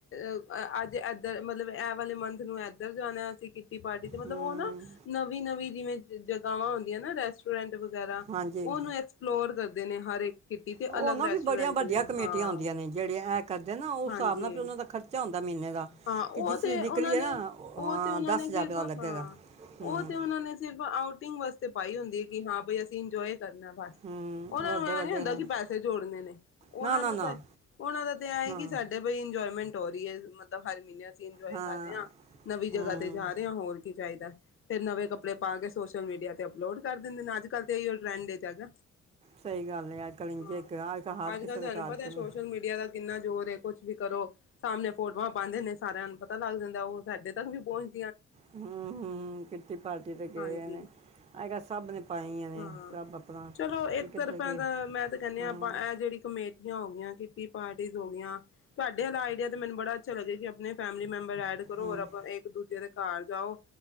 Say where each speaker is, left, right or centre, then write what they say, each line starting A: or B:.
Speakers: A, on the left; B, on the right.
A: ਅ ਅੱਜ ਏਧਰ ਮਤਲਬ, ਏਹ ਵਾਲੇ ਮੰਥ ਨੂੰ ਏਧਰ ਜਾਣਾ ਅਸੀ ਕਿੱਟੀ ਪਾਰਟੀ, ਤੇ ਮਤਲਬ,
B: ਹੂੰ
A: ਔ ਨਾ ਨਵੀਂ-ਨਵੀਂ ਜੀਵੇ ਜਗਾਂਵਾ ਹੁੰਦੀਆਂ ਨਾ ਰੈਸਟੋਰੈਂਟ ਵਗੈਰਾ।
B: ਹਾਂਜੀ
A: ਔਨੂੰ ਐਕਸਪਲੋਰ ਕਰਦੇ ਨੇ, ਹਰ ਇੱਕ ਕਿੱਟੀ ਤੇ
B: ਉਹ
A: ਅਲੱਗ
B: ਨਾ
A: ਰੈਸਟੋਰੈਂਟ,
B: ਵੀ ਬੜੀਆਂ ਵੱਡੀਆਂ ਕਮੇਟੀਆਂ
A: ਹਾਂ
B: ਹੁੰਦੀਆਂ ਨੇ ਜਿਹੜੇ ਐ ਕਰਦੇ ਨਾ ਉਸ
A: ਹਾਂਜੀ।
B: ਹਿਸਾਬ ਨਾਲ ਫਿਰ ਉਹਨਾਂ ਦਾ ਖਰਚਾ ਹੁੰਦਾ ਮਹੀਨੇ ਦਾ
A: ਹਾਂ,
B: ਕਿ
A: ਔ
B: ਜਿਸ
A: ਤੇ
B: ਦੀ ਨਿਕਲੀ
A: ਔਨਾਂ ਨੇ,
B: ਹੈ ਨਾ ਉਹ-
A: ਔ
B: ਹਾਂ
A: ਤੇ ਔਨਾਂ ਨੇ ਸਿਰਫ
B: ਰੁਪਏ ਦਾ ਲੱਗੇਗਾ
A: ਹਾਂ।
B: ਹੂੰ
A: ਔ ਤੇ ਔਨਾਂ ਨੇ ਸਿਰਫ ਆਊਟ ਸ ਪਾਈ ਹੁੰਦੀ ਏ ਕਿ, ਹਾਂ ਬਈ, ਅਸੀਂ ਇੰਜੋਏ ਕਰਨਾ ਬਸ।
B: ਹੂੰ
A: ਔਨਾਂ
B: ਵੱਡੇ
A: ਨੂੰ ਐ
B: ਵੱਡੇ
A: ਨੀ ਹੁੰਦਾ
B: ਹੋ
A: ਕਿ ਪੈਸੇ ਜੋੜਨੇ ਨੇ।
B: ਨਾ
A: ਔਨਾਂ
B: ਨਾ
A: ਦਾ
B: ਨਾ
A: ਤਾਂ ਔਨਾਂ ਦਾ ਤੇ ਐ
B: ਨਾ
A: ਏ ਕਿ, ਸਾਡੇ ਬਈ ਇੰਜੋਏਮੈਂਟ ਹੋ ਰੀ ਏ। ਮਤਲਬ, ਹਰ ਮੀਨੇ ਅਸੀਂ ਇੰਜੋਏ
B: ਹਾਂ
A: ਕਰ ਰੇ ਆਂ, ਨਵੀ ਜਗ੍ਹਾ
B: ਹੂੰ
A: ਤੇ ਜਾ ਰੇ ਆਂ ਹੋਰ। ਕੀ ਚਾਈਦਾ। ਫਿਰ ਨਵੇਂ ਕੱਪੜੇ ਪਾ ਕੇ ਸੋਸ਼ਲ ਮੀਡੀਆ ਤੇ ਅਪਲੋਡ ਕਰ ਦਿੰਦੇ। ਅੱਜ-ਕੱਲ ਤੇ ਅਈਯੋ ਟਰੈੰਡ ਚ ਹੈਗਾ।
B: ਸਹੀ ਗੱਲ ਹੈ ਅੱਜ ਕੱਲ੍ਹ ਇੰਜੇ
A: ਹਾਂ,
B: ਹਰ ਇੱਕ ਅੱਜ ਕੱਲ੍ਹ ਹਰ
A: ਅੱਜ-ਕੱਲ੍ਹ
B: ਕਿਸੇ
A: ਤੁਹਾਨੂੰ
B: ਦੇ ਘਰ
A: ਪਤਾ
B: ਚ
A: ੲ,
B: ਨਾ-
A: ਸੋਸ਼ਲ ਮੀਡੀਆ ਦਾ ਕਿੰਨਾ ਜ਼ੋਰ ਏ! ਕੁੱਛ ਵੀ ਕਰੋ, ਸਾਮਣੇ ਫੋਟੋਆਂ ਪਾਂਦੇ ਨੇ। ਸਾਰਿਆਂ ਨੂੰ ਪਤਾ ਲੱਗ ਜਾਂਦਾ, ਉਹ ਸਾਡੇ ਤੱਕ ਵੀ ਪਹੁੰਚ
B: ਹੂੰ-ਹੂੰ, ਕਿੱਟੀ ਪਾਰਟੀ ਤੇ ਗਏ
A: ਹਾਂਜੀ
B: ਏ ਨੇ। ਅਜ-ਕੱਲ੍ਹ ਸਭ ਨੇ ਪਾਈ ਆਂ ਨੇ
A: ਹਾਂ
B: ਸਭ ਆਪਣਾ
A: ਚਲੋ
B: ਕੋ
A: ਇੱਕ
B: ਕਿੱਧਰ
A: ਤਰਫਾ
B: ਕੇ
A: ਤਾਂ ਮੈਂ ਤਾਂ ਕਹਿੰਦੀ
B: ਹੂੰ।
A: ਹਾਂ ਆਪਾਂ ਇਹ ਜਿਹੜੀ ਕਮੇਟੀਆਂ ਹੋ ਗਇਆ ਕਿਟੀ ਪਾਰਟੀਸ ਹੋ ਗਈਆਂ। ਤਵਾਡੇ ਅਲਾ ਆਈਡੀਆ ਤੇ ਮੈਨੂੰ ਬੜਾ ਅੱਛਾ ਲੱਗਿਆ ਕਿ ਅਪਣੇ ਫੈਮਲੀ ਮੈ ਐਡ ਕਰੋ,
B: ਹੂੰ
A: ਔਰ ਅਪਾਂ ਇੱਕ-ਦੂਜੇ ਦੇ ਕਾਰ ਜਾਓ।